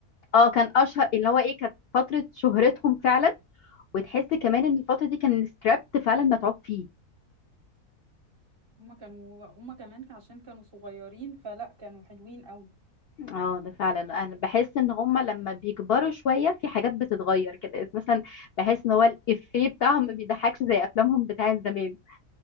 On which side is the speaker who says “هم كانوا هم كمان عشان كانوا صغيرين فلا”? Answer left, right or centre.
Right